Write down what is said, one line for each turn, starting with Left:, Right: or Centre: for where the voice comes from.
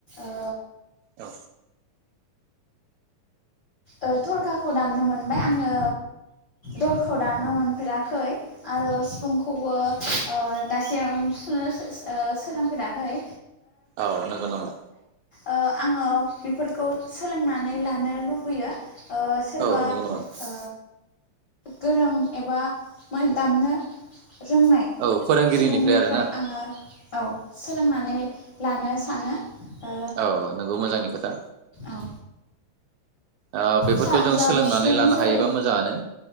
Left: ओ
Right: औ
Left: ओ थरखाखौ दामनो मोनबाय आंङो दलखौ दामनो मोनफेराखै आरो सिफुंखौबो ओ दासिम सुनो सो-सोलोंफेराखै
Right: औ नोंगौ नामा?
Left: ओ आंङो बेफोरखौ सोलोंनानै लानो लुबै गैयो ओ सोरबा
Right: औ नंगौ नामा
Left: अ गोरों एबा मोन दामनो रोंनाय
Right: औ फोरोंगिरिनिफ्राय
Left: सुबुंनिफ्राय
Right: आरोना
Left: आंङो औ सोलोंनानै लानो सानो ओ
Right: औ नोंगौ मोजांनि खोथा।
Left: औ
Right: ओ बेफोरखौ
Left: सा
Right: जों
Left: जाबस्रिं
Right: सोलोंनानै लानो
Left: जेरै
Right: हायोबा मोजांङानो।